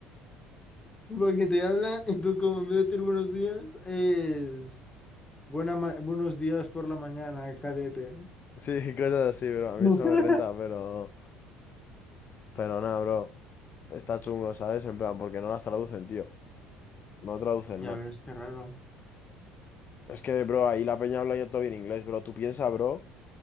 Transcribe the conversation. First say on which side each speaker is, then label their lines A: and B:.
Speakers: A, on the left; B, on the left.
A: Porque te hablan y tú como en vez de decir buenos días es buena ma- buenos días por la mañana, cadete.
B: Sí, cosas así, bro. A mí
A: <laughs>
B: eso me renta, pero. Pero nada, bro. Está chungo, ¿sabes? En plan, porque no las traducen, tío. No traducen
A: Ya
B: nada.
A: ves, qué raro.
B: Es que, bro, ahí la peña habla ya todo bien inglés, bro. Tú piensas, bro,